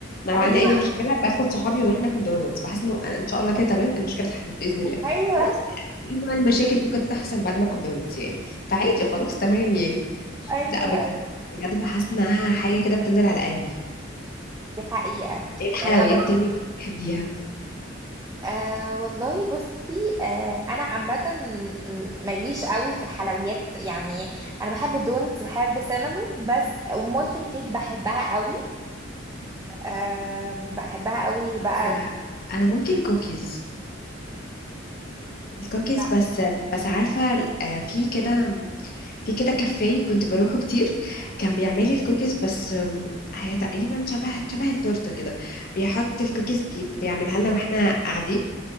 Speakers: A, on the left; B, on the right.
A: انا
B: ايوه
A: لو عندي اي مشكله باخد صحابي ونروح ناكل دونتس بحس انه انا ان شاء الله كده تمام المشكله اتحلت باذن الله
B: <laughs> ايوه
A: خلاص ايه نوع المشاكل اللي ممكن تحصل بعد ما اكل دونتس يعني فعادي خلاص تمام يعني
B: ايوه
A: لا بجد
B: ايوه
A: بجد بحس انها حاجه كده بتنزل على قلبي
B: دي حقيقه
A: ايه الحلويات
B: يعني انا برضه
A: تاني اللي بتحبيها
B: أه والله بصي أه انا عامه ماليش قوي في الحلويات يعني انا بحب الدونتس بحب السينابون بس ومولتن كيك بحبها قوي أه بحبها قوي بقى
A: هو انا ممكن كوكيز الكوكيز
B: لا
A: بس بس عارفة آه، في كده في كده كافيه كنت بروحه كتير كان بيعملي الكوكيز بس آم، هي تقريبا شبه شبه التورتة كده بيحط الكوكيز بي... بيعملها لنا واحنا قاعدين